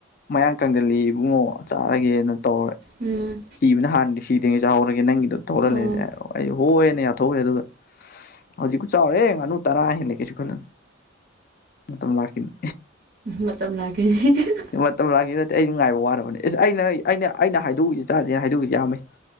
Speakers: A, on the left; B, on the right.
A: ꯃꯌꯥꯡ ꯀꯪꯖꯜꯂꯤ ꯏꯕꯨꯡꯉꯣ ꯆꯥꯔꯒꯦꯅ ꯇꯧꯔꯦ
B: ꯎꯝ
A: ꯁꯤꯕꯅ ꯍꯥꯟꯗꯤ ꯁꯤꯗ꯭ꯉꯩ ꯆꯥꯍꯧꯔꯒꯦ ꯅꯪꯒꯤꯗ ꯇꯧꯔ
B: ꯑꯣ
A: ꯂꯩꯔꯦ ꯍꯥꯏꯕ <unintelligible> ꯌꯥꯊꯣꯛꯎꯔꯦ ꯑꯗꯨꯒ ꯍꯧꯖꯤꯛꯈꯨ ꯆꯥꯎꯔꯦ ꯉꯅꯨ ꯇꯔꯥ ꯍꯦꯜꯂꯦ ꯀꯩꯁꯨ ꯈꯜꯂꯨꯅꯨ ꯃꯇꯝ ꯂꯥꯛꯈꯤꯅꯤ
B: ꯃꯇꯝ ꯂꯥꯛꯈꯤꯅꯤ <unintelligible>
A: ꯃꯇꯝ ꯂꯥꯡꯈꯤꯅꯤ ꯅꯠꯇꯦ ꯑꯩꯁꯨ ꯉꯥꯏꯕ ꯋꯥꯔꯕꯅꯦ ꯑ꯫ꯏꯁ ꯑꯩꯅ ꯑꯩꯅ ꯑꯩꯅ ꯍꯥꯏꯗꯣꯛꯎꯏꯁꯦ ꯆꯥꯖꯤꯅ ꯍꯥꯏꯗꯣꯛꯎꯏꯖꯦ ꯌꯥꯝꯃꯦ